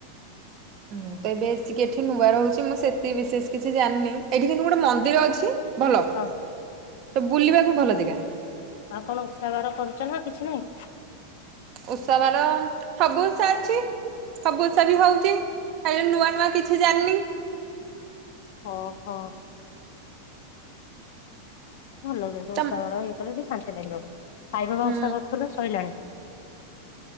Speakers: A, on the right; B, on the left.
A: ମୁଁ ତ ଏବେ ଆସିକି ଏଠି ନୂଆ ରହୁଛି ମୁଁ ସେତିକି ବିଶେଷ କିଛି ଜାଣିନି। ଏଠି କିନ୍ତୁ ଗୋଟେ ମନ୍ଦିର ଅଛି। ଭଲ ସେ
B: ହଁ
A: ବୁଲିବାକୁ ଭଲ ଜାଗା।
B: ଆଉ କଣ ଉଷା ବାାର କରୁଛ ନା କିଛି ନାହିଁ?
A: ଉତ୍ସବ ର ସବୁ ଉଷା ଅଛି ସବୁ ଉଷା ବି ହଉଛି। ହେଲେ ନୂଆ ନୂଆ କିଛି ଜାଣିନି।
B: ଓ ହୋ। ଭଲ କିନ୍ତୁ
A: ତ
B: ଓଷା କର ଇଏ କଲେ ଶାନ୍ତି ଲାଗିବ ସାଇବାବା
A: ହୁଁ
B: ଓଷା କରୁଥିଲେ ସରିଲାଣି।